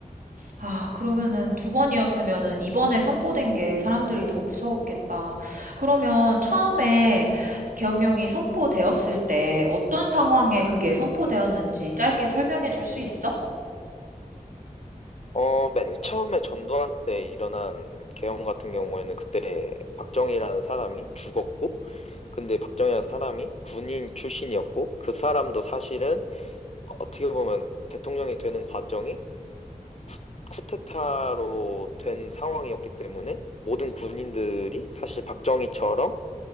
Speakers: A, on the right; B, on the left.
A: 아, 그러면은 두 번이었으면은 이번에 선포된 게 사람들이 더 무서웠겠다. 그러면 처음에 계엄령이 선포되었을 때 어떤 상황에 그게 선포되었는지 짧게 설명해 줄 수 있어?
B: 어, 맨 처음에 전두환 때 일어난 계엄 같은 경우에는 그때 박정희라는 사람이 죽었고, 근데 박정희라는 사람이 군인 출신이었고, 그 사람도 사실은 어떻게 보면 대통령이 되는 과정이 쿠, 쿠데타로 된 상황이었기 때문에 모든 군인들이 사실 박정희처럼